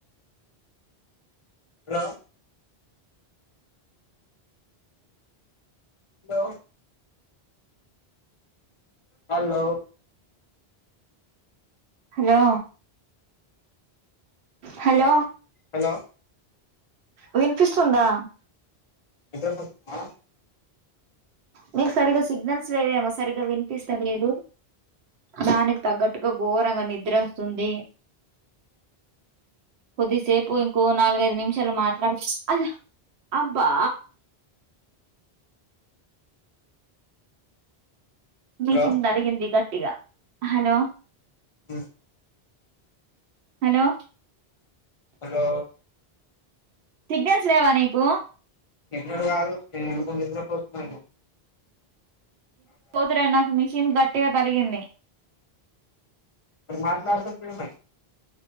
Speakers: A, on the left; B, on the right.
A: hello hello hello
B: hello hello
A: hello
B: విన్ఫిస్ స్తుందా
A: నిద్రపోతున్న
B: మీకు సరిగ్గా సిగ్నల్స్ లేవేమో సరిగ్గా వినిపిస్త లేదు దానికి తగ్గట్టుగా ఘోరంగా నిద్ర వస్తుంది కొద్దిసేపు ఇంకో నాలుగైదు నిమిషాలు మాట్లాడ్ అలా అబ్బా మీకింద్
A: హలో
B: బలిగింది ఇగ ఇగ హలో
A: ఉ
B: హలో
A: హలో
B: సిగ్నల్స్ లేవా నీకు
A: ఎక్కడ కాదు నేను కొ నిద్ద్ర పోతున్నా
B: పోతురైనాక మిషన్ గట్టిగా తలిగింది
A: మరి మాట్లాడుతున్న కదామ్మాయి